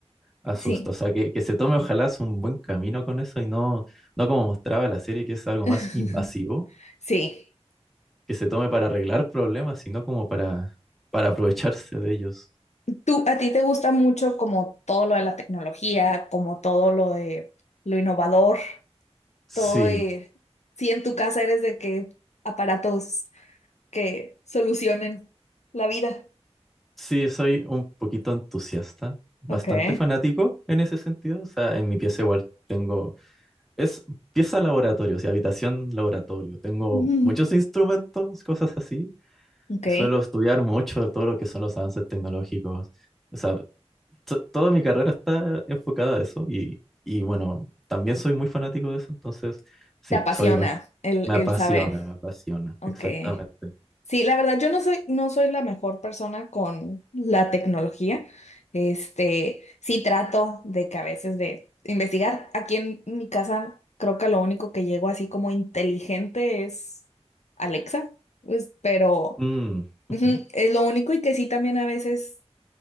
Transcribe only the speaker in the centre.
asusta.
O sea, que, que se tome ojalá es un buen camino con eso y no, no como mostraba la serie, que es algo
más invasivo,
que se tome para arreglar problemas, sino como para, para aprovecharse de ellos.
Sí,
sí, soy un poquito entusiasta, bastante
fanático
en ese sentido. O sea, en mi pieza igual tengo Es pieza laboratorio, o sea, habitación laboratorio. Tengo
muchos instrumentos, cosas así.
Suelo estudiar mucho todo lo que son los avances tecnológicos. O sea, to- toda mi carrera está enfocada a eso y, y bueno, también soy muy fanático de eso, entonces sí,
soy, ba-
me apasiona,
me apasiona,
exactamente.
Mm,
ujú.